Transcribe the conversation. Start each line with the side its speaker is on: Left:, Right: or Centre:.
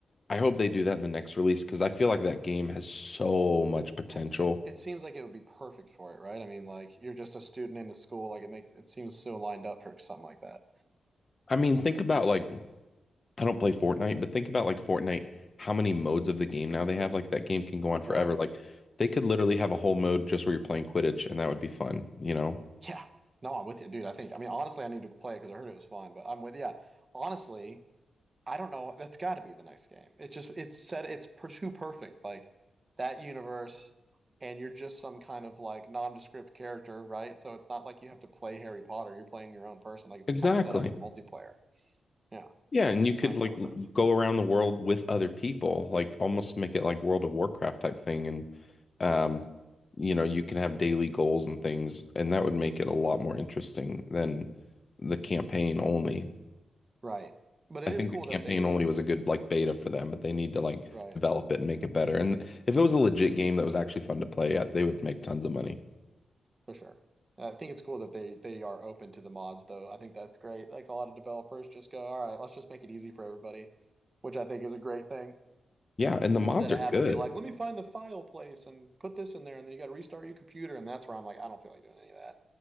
Left: I hope they do that in the next release because I feel like that game has so much potential.
Right: that's it, it seems like it would be perfect for it, right? I mean, like you're just a student in a school, like it makes it seems so lined up for something like that.
Left: I mean, think about like I don't play Fortnite, but think about like Fortnite, how many modes of the game now they have. Like that game can go on forever.
Right: Right.
Left: Like they could literally have a whole mode just where you're playing Quidditch and that would be fun, you know?
Right: Yeah. No, I'm with you, dude. I think I mean honestly I need to play it because I heard it was fun, but I'm with yeah. Honestly, I don't know. That's got to be the next game. It just it's set. It's per- too perfect. Like that universe, and you're just some kind of like nondescript character, right? So it's not like you have to play Harry Potter. You're playing your own person. Like it's
Left: Exactly.
Right: kind of set up for multiplayer. Yeah,
Left: Yeah, and you could
Right: that makes
Left: like
Right: a lot of
Left: l-
Right: sense.
Left: go around the world with other people, like almost make it like World of Warcraft type thing and um
Right: Yeah,
Left: you know, you can have daily goals and things and that would make it a lot more interesting than the campaign only.
Right: right. But it
Left: I think
Right: is cool
Left: the campaign
Right: that they
Left: only was a good like beta for them, but they need to like
Right: right
Left: develop it and make it better. And if it was a legit game that was actually fun to play, uh, they would make tons of money.
Right: for sure. I think it's cool that they they are open to the mods, though. I think that's great. Like a lot of developers just go, all right, let's just make it easy for everybody, which I think is a great thing.
Left: Yeah, and the mods
Right: instead of
Left: are
Right: having
Left: good.
Right: to be like, let me find the file place and put this in there, and then you got to restart your computer, and that's where I'm like, I don't feel like doing any of that.